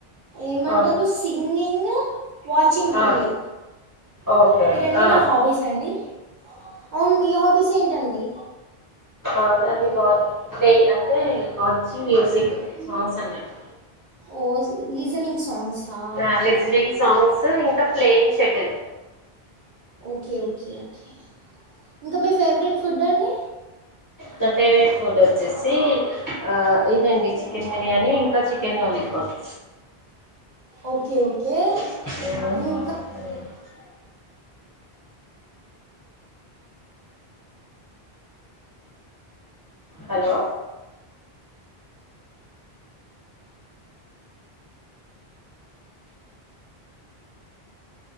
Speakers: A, on the right (about 50°); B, on the left (about 25°).
A: ఏమంటరు
B: ఆ
A: సింగింగ్ వాచింగ్
B: ఆ
A: టీవీ
B: ఓకే
A: ఈ రెండు
B: ఆ
A: నా హాబీస్ అండి అవును మీ హాబీస్ ఏంటండి
B: అవునది వా ప్లే అంటే వాచింగ్ మ్యూజిక్ సాంగ్స్ అన్నట్టు
A: <unintelligible> సాంగ్సా
B: ఆ లిస్నింగ్ సాంగ్స్ ఇంకా playing shuttle
A: okay okay okay ఇంకా మీ ఫేవరెట్ ఫుడ్ అండి
B: నా ఫేవరేట్ ఫుడ్డు వచ్చేసి ఆ ఇదండి చికెన్ బిర్యానీ ఇంకా చికెన్ లాలీపాప్
A: ఓకే ఓకే
B: ఆ
A: ఇంకా
B: హలో
A: అ